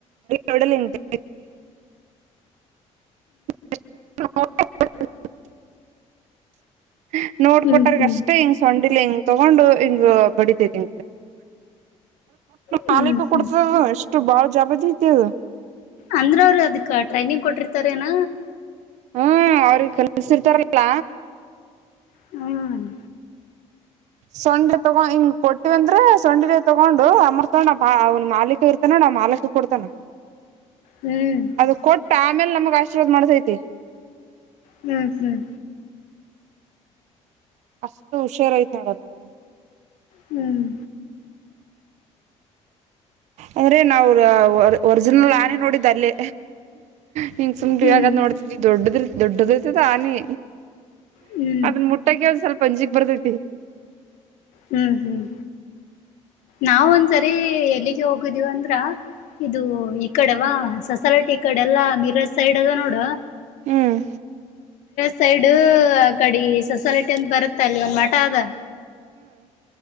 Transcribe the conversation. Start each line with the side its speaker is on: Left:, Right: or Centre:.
Right: ಹಂಗಡ ಹ <inaudible> ನೋಡ್ಕೊಟರ್ಗ
Left: ಹ್ಮ್ ಹ್ಮ್
Right: ಅಷ್ಟೇ ಹೆಿಂಗ್ ಸೊಂಡಿಲ್ ಹೆಂಗ ತಗೊಂಡು ಹಿಂಗ ಬಡಿತತಿ
Left: ಹ್ಮ್
Right: ಮಾಲೀಕ
Left: ಹ್ಮ್
Right: ಕೊಡ್ತದ ಎಷ್ಟು ಬಾಳ ಜಬ್ದ ತಿದು
Left: ಅಂದ್ರ ಅವ್ರ ಅದಕ್ ಟ್ರೈನಿಂಗ್ ಕೊಟ್ಟಿರ್ತಾರ ಏನ
Right: ಹ್ಮ್ ಅವ್ರಿಗೆ ಕಲ್ಸರ್ತಾರಲ್ಲ
Left: ಹ್ಮ್
Right: ಸೊಂಡೆ ತಗೊಂಡ ಹಿಂಗ್ ಕೊಟ್ಟಿವವಂದ್ರೆ ಸೊಂಡೆ ತಗೊಂಡು ಅಮರ್ ಅವನ್ ಮಾಲೀಕ ಇರ್ತಾನ ನಾ ಮಾಲಕ ಕೊಡ್ತಾನ
Left: ಹ್ಮ್
Right: ಅದು ಕೊಟ್ಟ ಆಮೇಲೆ ನಮಗ್ ಆಶೀರ್ವಾದ್ ಮಾಡ್ತೈತಿ
Left: ಹ್ಮ್ ಹ್ಮ್
Right: ಅಷ್ಟು ಹುಷಾರ ಯ್ತ ನೋಡ ನಿ
Left: ಹ್ಮ್
Right: ಅಂದ್ರೆ ನಾವು ಒರಿಜಿನಲ್ ಆನೆ ನೋಡಿದ ಅಲ್ಲೇ ಹಿಂಗ್ ಸುಮ್ು
Left: ಹ್ಮ್
Right: ಇವಾಗ್ ನೋಡ್ತಿದ ದೊಡ್ಡದ ದೊಡ್ಡದ್ರ್ತದಾನಿ
Left: ಹ್ಮ್
Right: ಅದನ್ ಮುಟ್ಟಕ ಒಂದ್ಸವಲ್ಪ ಅಂಜಿಕ್ ಬರ್ತೈತಿ
Left: ಹ್ಮ್ ಹ್ಮ್ ನಾವ ಒಂದ್ಸರಿ ಎಲ್ಲಿಗೆ ಹೋಗಿದ್ದೀವ ಅಂದ್ರ ಇದು ಈ ಕಡೆವಾ ಸೊಸಾಲಟಿ ಈ ಕಡೆ ಎಲ್ಲಾ ಮೀರಾಜ್ ಸೈಡ್ ಅದ ನೋಡ
Right: ಹ್ಮ್
Left: ಸೈಡ್ ಆ ಕಡೆ ಸೊಸೈಟಿ ಅಂತ ಬರುತ್ತ ಅಲ್ಲಿ ಒಂದ್ ಮಠ ಆದ